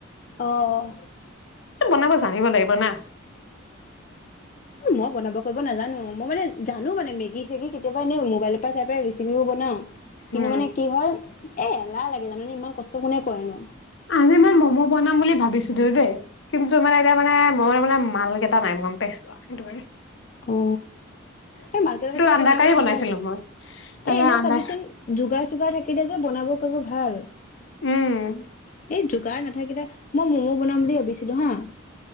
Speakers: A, on the left; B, on the left.
A: অঁ
B: বনাব জানিব লাগিব না
A: মই বনাব কৰিব নাজানো মই মানে জানো মানে মেগী চেগি কেতিয়াবা এনে মবাইলৰ পৰা চাই পাই ৰেচিপিবোৰ বনাও কিন্তু
B: উম
A: মানে কি হল এ এলাহ লাগে জানানে ইমান কষ্ট কোনে কৰে নু
B: আজি মই ম'ম' বনাম বুলি ভাবিছো দেও দেই কিন্তু এতিয়া মানে মই মানে মালকেইটা নাই গমপাইছ এটোবাৰে
A: অ এই মাৰ্কেটত থাকিলে
B: আন্দা
A: বনাবলৈ
B: কাৰী বনাইছিলো
A: ভাল
B: মই তাৰপিছত
A: এ এনেও
B: আন্দা
A: চাবিচোন যোগাৰ চোগাৰ থাকিলে যে বনাব কৰিব ভাল।
B: উম
A: এই যোগাৰ নাথাকিলে মই মমো বনাম বুলি ভাবিছোঁ হা